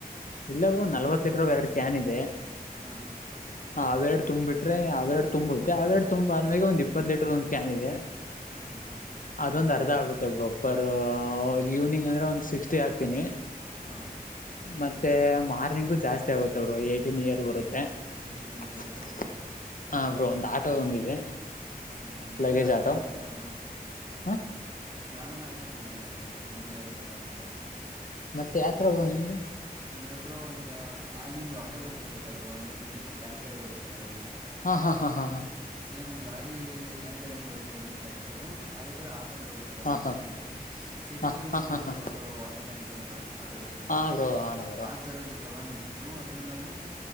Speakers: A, on the left; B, on the right.
A: ಇಲ್ಲಬ್ರು ಒಂದು ನಲ್ವತ್ ಲೀಟರ್ ಎರಡು ಕ್ಯಾನ್ ಇದೆ
B: ಹಾ
A: ಹ ಅವೆರಡು ತಂಬ್ಬ ಬಿಟ್ರೆರಡು ತುಂಬಬುತ್ತೆ ಅವೆರಡು ತುಂಬ ಆದ್ಮೇೆ ಒಂದಿ ಇಪ್ಪ ಲೀಟರ್ ಒಂದು ಕ್ಯಾನ್ ಇದೆ
B: ಹಾಂ
A: ಅದೊಂದ ಸದಾ ಆಗುತ್ತೆ ಬೋಪರ್ ಈವ್ನಿಂಗ್ ಅಂದ್ರೆ ಒಂದ್ ಸಿಕ್ಸ್ಟಿ ಹಾಗ್ತೀನಿ
B: ಹ
A: ಮತ್ತೆ ಮಾರ್ನಿಂಗು ಜಾಸ್ತಿ ಆಗುತ್ತ ಅವರು ಏಟೀನ್ ಇಯರ್ ಬರುತ್ತೆ
B: ಏಯ್ಟಿ ನೈಂಟಿ
A: ಮತ್ತ
B: ಹತ್ತತ್ರ ಹೋಗುತ್ತೆ
A: ಹ ಬ್ರೋ ಒಂದು ಆಟೋ ಒಂದಿದೆ
B: ಹ ನಮ್ದು
A: ಲಗೇಜ್
B: ಆ
A: ಆಟೋ
B: ಥರ ಎಲ್ಲ ಬರು
A: ಹ
B: ನಾವೆಲ್ಲ ಆತರ ಮಾಡಿಲ್ಲ ಬ್ರೋ ನಮ ಬೇರೆ ಥರ ಮಂಂತೆೆ ಅಂತು
A: ಮತ್ತೆ ಯತ್ರಬ್ರು ನಿ್ದು
B: ಅಂದರೆ ಈಗ ಅಲ್ಲಿಂದ ಆಟೋ ಬರುತ್ತೆ ಗೊತ್ತ ಅವರು ಅಂದ್ರೆ ವಿತ್ತು ಟ್ಯಾಂಕರ್ ಬರುತ್ತಲ್ಲ ಅದರಲ್ಲಿಯ
A: ಹಾ ಹಾ ಹಾ ಹಾ
B: ಸೇಮ್ ೀ ಟ್ಯಾಂಕರ್ ಹೆಂಗ್ ಬರುತ್ತೋ ಮಿಲ್ಕ್ ಟ್ಯಾಂಕರ್ ಅದೇ ತರ ಆ ಆಟೋದು ಬರುತ್ತಲ್ಲ ಒಬ್ರು
A: ಹಾ ಹಾ
B: ಚಿಕ್ಕದು
A: ಹಾ
B: ಸಿಟಿಯಲ್ಲೆಲ್ಲಿ
A: ಹಾ
B: ಯೂಸ್
A: ಹಾ ಹಾ
B: ಮಾಡ್ತಾರಲ್ಲ
A: ಹಾ
B: ಒಬ್ರು ವಾಟರ್ ಟ್ಯಾಂಕರ್ ಅಂತ ಆಟೋದಲ್ಲಿ
A: ಹಾ ಬ್ರೋ ಆನ ಬ್ರೋ
B: ಆ ತರದ್ದು ತಗೊಂಡ್ ಬಿಟ್ಟು ಅದ್ರಲ್ಲಿ ನಾವು